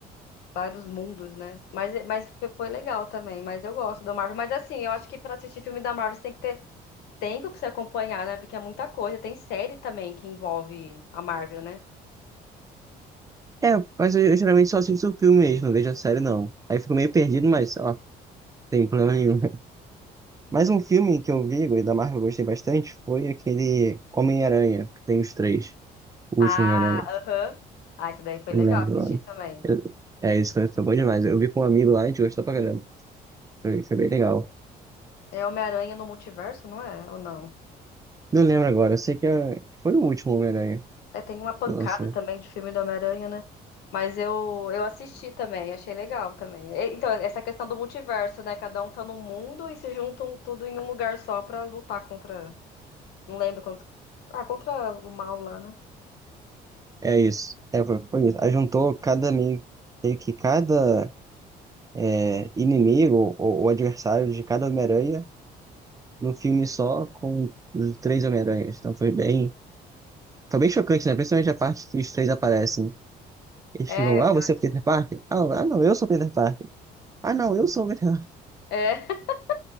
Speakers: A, on the left (about 80°); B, on the right (about 20°).
A: vários mundos, né? Mas, é, mas foi legal também, mas eu gosto da Marvel. Mas assim, eu acho que pra assistir filme da Marvel você tem que ter tempo pra você acompanhar, né? Porque é muita coisa. Tem série também que envolve a Marvel, né?
B: É, mas eu, eu geralmente só assisto o filme mesmo, não vejo a série não. Aí eu fico meio perdido, mas ó, não tem problema nenhum. <laughs> Mais um filme que eu vi, e da Marvel eu gostei bastante, foi aquele Homem-Aranha, que tem os três. O
A: Ah,
B: último Homem-Aranha.
A: aham. Ah, isso daí foi
B: Eu
A: legal
B: Não lembro
A: assistir
B: o nome.
A: também.
B: Eu- É, isso foi, foi bom demais. Eu vi com um amigo lá e a gente gostou pra caramba. Foi, foi bem legal.
A: É Homem-Aranha no Multiverso, não é? Ou não?
B: Não lembro agora, eu sei que é- que foi o último Homem-Aranha
A: É, tem uma pancada
B: que lançou.
A: também de filme do Homem-Aranha, né? Mas eu, eu assisti também, achei legal também. E- Então, essa questão do multiverso, né? Cada um tá num mundo e se juntam tudo em um lugar só pra lutar contra Não lembro contra. Ah, contra o mal lá, né?
B: É isso. É, foi, foi isso. Aí juntou cada meio meio que cada é, inimigo ou, ou adversário de cada Homem-Aranha num filme só com os três Homem-Aranhas. Então foi bem, foi bem chocante, né? Principalmente a parte que os três aparecem. Eles
A: É,
B: ficam, ah,
A: eu
B: você
A: acho.
B: é o Peter Parker? Ah, ah, não, eu sou o Peter Parker. Ah, não, eu sou o Peter Parker.
A: É. <laughs>